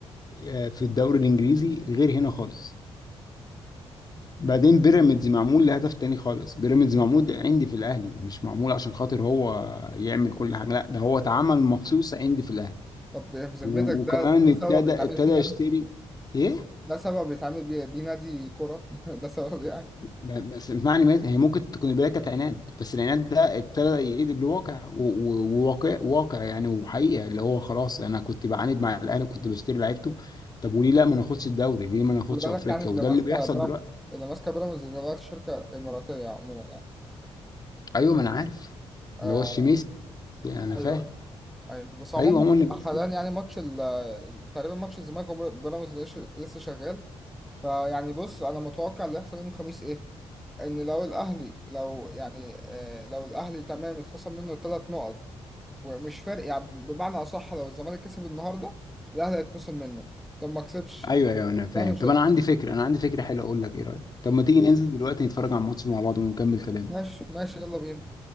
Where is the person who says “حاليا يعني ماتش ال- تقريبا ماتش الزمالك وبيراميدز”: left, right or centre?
Centre